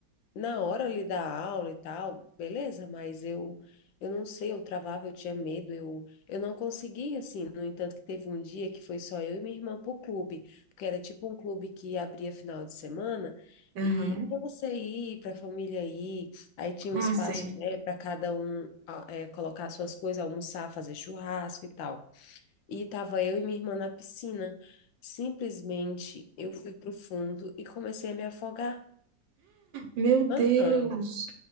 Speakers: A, on the left; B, on the right.
A: na hora ali da aula e tal, beleza, mas eu eu não sei, eu travava, eu tinha medo, eu eu não conseguia assim. No entanto, que teve um dia que foi só eu e minha irmã pro clube, porque era tipo um clube que abria final de semana
B: aham.
A: e para você ir, para a família ir, aí tinha um
B: Ah,
A: espaço,
B: sei.
A: né, para cada um a- é, colocar suas coisas, almoçar, fazer churrasco e tal. E tava eu e minha irmã na piscina. Simplesmente eu fui pro fundo e comecei a me afogar.
B: Meu Deus.
A: Aham.